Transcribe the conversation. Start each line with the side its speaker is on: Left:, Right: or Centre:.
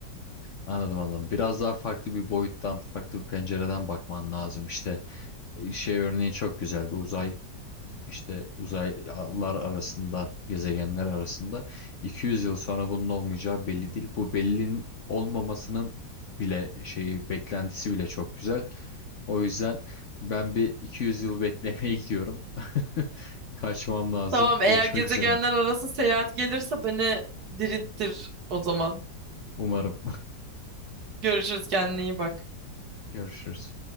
Left: Anladım anladım. Biraz daha farklı bir boyuttan, farklı bir pencereden bakman lazım. İşte e, şey örneği çok güzeldi. Uzay işte uzaylar arasında, gezegenler arasında 200 yıl sonra bunun olmayacağı belli değil. Bu bellinin olmamasının bile şeyi beklentisi bile çok güzel. O yüzden ben bir 200 yıl beklemeye gidiyorum. <laughs> Kaçmam lazım.
Right: Tamam, eğer
Left: Görüşmek
Right: gezegenler
Left: üzere.
Right: arası seyahat gelirse beni dirilttir o zaman.
Left: Umarım.
Right: Görüşürüz kendine iyi bak.
Left: <laughs> Görüşürüz.